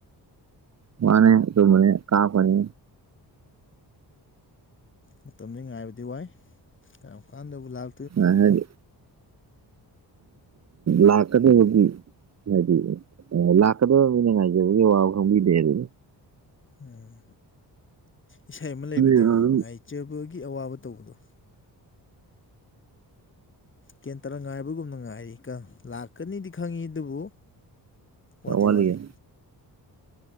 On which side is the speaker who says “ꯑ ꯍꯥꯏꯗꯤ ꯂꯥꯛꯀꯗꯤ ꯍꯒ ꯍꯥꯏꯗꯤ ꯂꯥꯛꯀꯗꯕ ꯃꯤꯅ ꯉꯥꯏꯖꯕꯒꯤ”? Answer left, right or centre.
Right